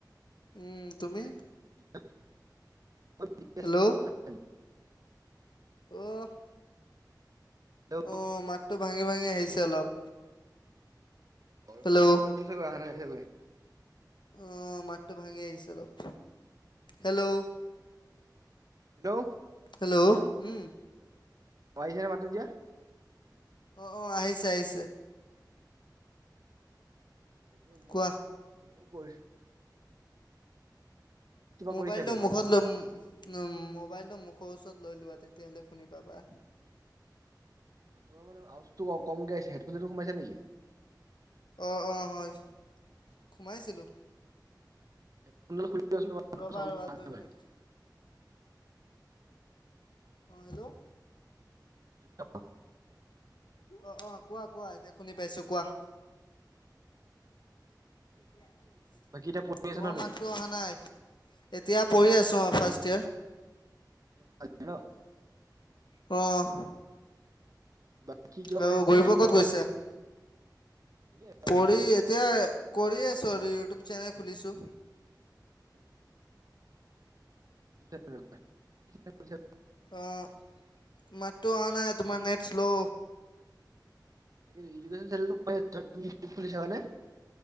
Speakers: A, on the left; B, on the right.
A: উম, তুমি?
B: <unintelligible>
A: হেল্ল' অ'-
B: হেল্ল'
A: অ' মাউচটো ভাঙি - ভাঙি আহিছে অলপ।
B: অ' ৰখিব,
A: হেল্ল'
B: নেটৱৰ্কটো চাগৈ অহা নাই সেগৈ
A: অ' মাতটো ভাঙি আহিছে অলপ। হেল্ল'?
B: হেল্ল'?
A: হেল্ল'? উম।
B: পাইছা নে মাতটো এতিয়া?
A: অ' - অ', আহিছে - আহিছে।
B: তাকে মই
A: কোৱা
B: মোৰ <unintelligible>
A: মোবাইলটো
B: কৰিছা এতিয়া ঘৰত?
A: মুখত লৈ উম মো বাইলটো মুখৰ ওচৰত লৈ লোৱা। তেতিয়াহলে শুনি পাবা।
B: অ' তোমাৰ মানে আৱাজটো ক- কমকে আহিছে। হেডফোন-চেডো সোমাইছা নেকি?
A: অ' - অ' হয়, সোমাইছিলোঁ।
B: হেডফোনডাল খুলি লোৱাচোন
A: ৰ'বা ৰ'বা দুই মিনিট
B: <unintelligible> <unintelligible> <inaudible>
A: অ' হেল্ল'?
B: হেল্ল'?
A: অ' - অ' কোৱা - কোৱা। এতিয়া শুনি পাইছোঁ, কোৱা। তিয়া ন
B: বাকী এতিয়া পঢ়ি আছা
A: তোমাৰ
B: ন তুমি?
A: মাতটো অহা নাই। এতিয়া পঢ়ি আছোঁ অ' ফাৰ্ষ্ট ইয়াৰ।
B: <unintelligible> ন'?
A: অ'।
B: বাকী কিবা
A: অ'
B: কৰি আছা
A: ঘুৰিব
B: নে
A: ক'ত
B: নে অকল
A: গৈছা?
B: এনে অলপ
A: পঢ়ি এতিয়া কৰি আছোঁ, ইউটিউব চেনেল খুলিছোঁ।
B: <unintelligible> <inaudible>
A: অ' মাতটো অহা নাই। তোমাৰ নেট স্লো।
B: <unintelligible> এডুকেশ্বন চে <unintelligible> খুলি চালা নে?